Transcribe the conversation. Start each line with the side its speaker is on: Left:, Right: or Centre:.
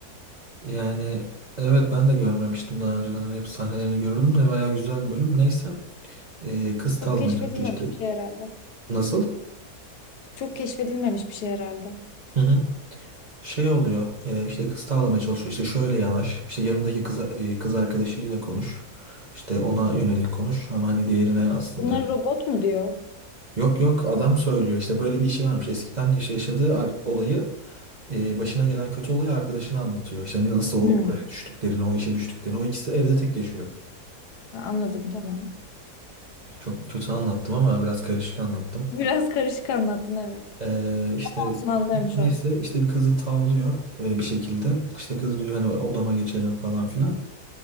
Right: Yani evet ben de görmemiştim daha önceden Hani hep sahnelerini görürdüm de bayağı güzel bir bölüm. Neyse Ee, kız
Left: Çok
Right: tavlamaya
Left: keşfedilmemiş
Right: çalışıyor işte.
Left: bir şey herhalde.
Right: Nasıl?
Left: Çok keşfedilmemiş bir şey herhalde.
Right: Hı hı. Şey oluyor e, işte kız tavlamaya çalışıyor işte şöyle yanaş işte yanındaki kız, e, kız arkadaşıyla konuş işte ona yönelik konuş ama hani diğerine aslında
Left: Bunları
Right: hani.
Left: robot mu diyor?
Right: Yok yok adam söylüyor işte böyle bir işi varmış eskiden yaş- yaşadığı ar- olayı e, başına gelen kötü olayı arkadaşına anlatıyor işte nasıl
Left: Hmm.
Right: o oraya düştüklerini o işe düştüklerini o ikisi evde tek yaşıyor.
Left: Ha, Anladım tamam.
Right: Çok kötü anlattım ama biraz karışık anlattım.
Left: Biraz karışık anlattın evet.
Right: Ee, işte
Left: Olsun anlarım şu
Right: neyse
Left: an.
Right: işte bir kızı tavlıyor e, bir şekilde. İşte kız diyor hani odama geçelim falan filan.